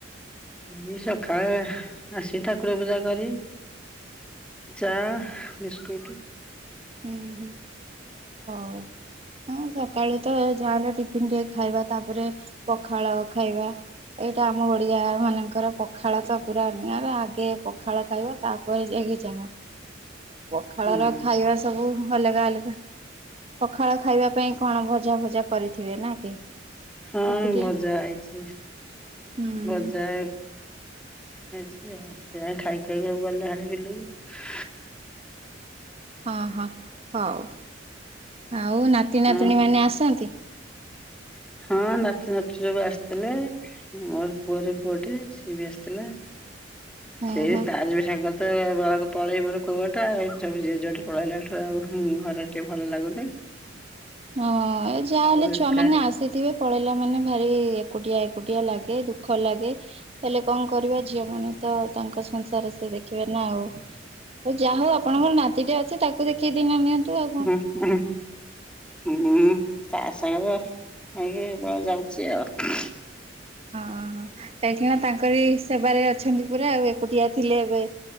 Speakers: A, in the centre; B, on the right.
A: ଏଇ ସକାଳେ ଆସି ଠାକୁର ପୂଜା କରି, ଚା ବିସ୍କୁଟ,
B: ହୁଁ ହୁଁ ହଉ ହଁ ସକାଳୁ ତ ଯାହା ହେଲେ ଟି ଫୁଣି ଟିକେ ଖାଇବା ତାପରେ ପଖାଳ ଖାଇବା। ଏଇଟା ଆମ ଓଡ଼ିଆ ମାନଙ୍କର ପଖାଳ ତ ପୁରା ନିଆରା ଆଉ। ଟେ ପଖାଳ ଖାଇବା ତାପରେ ଯାଇକି ଯାହା। ପଖାଳ
A: ହଁ।
B: ର ଖାଇବା ସବୁ ଅଲଗା ଅଲଗା ପଖାଳ ଖାଇବା ପାଇଁ, କଣ ଭଜା ଭଜା କରିଥିବେ ନା କି?
A: ହଁ
B: ଏକୁଟିଆ
A: ଭଜା ହେଇଛି
B: ହୁଁ।
A: ଭଜା ଛି ଆଉ ସେ ଖାଇଖୁଆକି ସବୁ ଗଲେ ହାରି ବିଲକୁ,
B: ହଁ ହଁ ହଉ ଆଉ ନାତି ନାତୁଣୀ
A: ହଁ
B: ମାନେ ଆସନ୍ତି?
A: ହଁ ନାତିନାତି ସବୁ ଆସିଥିଲେ, ମୋର ପୁଅର ପୁଅଟେ ଏ ବି ଆସିଥିଲା
B: ହଁ
A: ସେଇ
B: ହଁ
A: ତାରି ବି ସାଙ୍ଗରେ ତ ବେଳକୁ ପଳେଇ ମୋର କଉଟା ସବୁ ଯିଏ ଯୁଆଡେ ପଳେଇଲା ଠୁ ଆଉ ଘର ଟିକେ ଭଲ ଲାଗୁନି। ସେ
B: ହଁ ଯାହାହେଲେ ଛୁଆମାନେ
A: ଏକା
B: ଆସିଥିବେ ପଳେଇଲା ମାନେ ଭାରି ଏକୁଟିଆ ଏକୁଟିଆ ଲାଗେ ଦୁଃଖ ଲାଗେ ହେଲେ କଣ କରିବା ଝିଅମାନେ ତ ତା ଙ୍କ ସଂସାର ସେ ଦେଖିବେ ନା ଆଉ ଯାହା ହଉ ଆପଣଙ୍କର ନାତିଟେ ଅଛି ତାକୁ ଦେଖେଇ ଦିନ ନିଅନ୍ତୁ ଆଉ କଣ।
A: ହଁ ହ ହୁଁ। ତା ସାଙ୍ଗରେ ହେଇକି ବେଳେ ଯାଉଛି ଆଉ।
B: ହଁଁ କାହିଁକିନା ତାଙ୍କରି ସେବାରେ ଅଛନ୍ତି ପୁରା ଆଉ ଏକୁଟିଆ ଥିଲେ ଏବେ